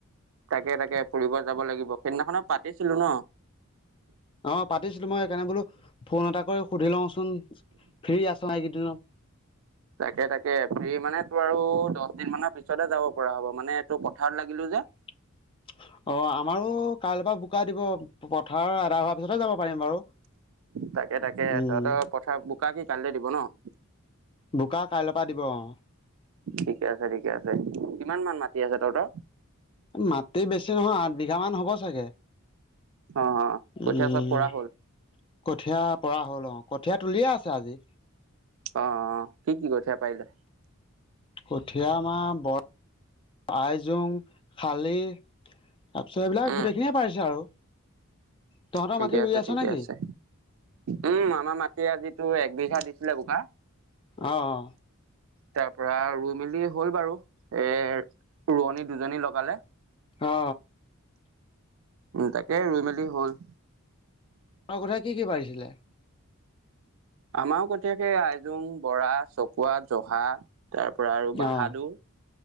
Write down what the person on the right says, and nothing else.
তাকে তাকে ফুৰিব যাব লাগিব সেইদিনাখনত পাতিছিলো ন।
তাকে তাকে ফ্ৰি মানে তোৰ আৰু দচদিন মানৰ পিছতহে যাব পৰা হব মানে তোৰ পথাৰত লাগিলো যে।
তাকে তাকে
তহঁতৰ পথাৰ বোকা কি কাইলৈ দিব ন?
ঠিকে আছে ঠিকে আছে। কিমান মান মাটি টি আছে তহঁতৰ?
অ অ
কঠীয়া চব পৰা হ'ল
অ অ। কি কি কঠীয়া পাৰিলে
উম
ঠিকে
আছে
ঠিকে
আছে উম আমাৰ মাটি আজিতো একবিঘাত দিছিলে বোকা।
তাৰ পৰা ৰুই মেলি হ'ল বাৰু এ ৰোৱনী দুজনী লগালে।
উম তাকে ৰুই মেলি হ'ল।
আমাৰো কঠিয়া সেই আইজোং, বৰা, চকুৱা জহা তাৰপৰা আৰু বাহাদুৰ